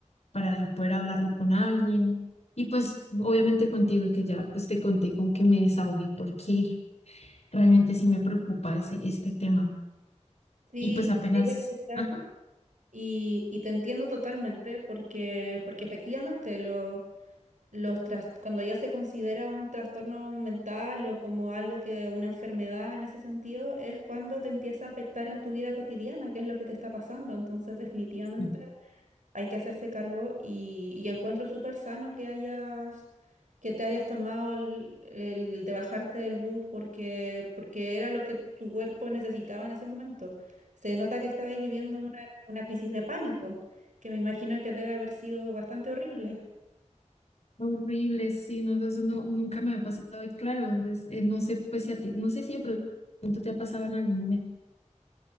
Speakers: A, on the left (about 60°); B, on the right (about 80°).
A: para yo poder hablarlo con alguien. Y pues, obviamente contigo, y que ya pues te conté como que me desahogué porque realmente sí me preocupa ese, este tema.
B: Sí,
A: Y pues apenas,
B: tienes que escuchar.
A: ajá.
B: Y, y te entiendo totalmente porque, porque efectivamente lo... los tras- cuando ya se considera un trastorno mental o como algo que una enfermedad en ese sentido, es cuando te empieza a afectar en tu vida cotidiana, que es lo que te está pasando. Entonces, definitivamente
A: sí.
B: hay que hacerse cargo y, y encuentro súper sano que hayas, que te hayas tomado el, el de bajarte del bus porque, porque era lo que tu cuerpo necesitaba en ese momento. Se nota que estabais viviendo una, una crisis de pánico, que me imagino que debe haber sido bastante horrible.
A: Horrible, sí, no, eso no- nunca me ha pasado y claro, pues, eh, no sé, pues si a ti, no sé si de pronto te ha pasado en algún momento,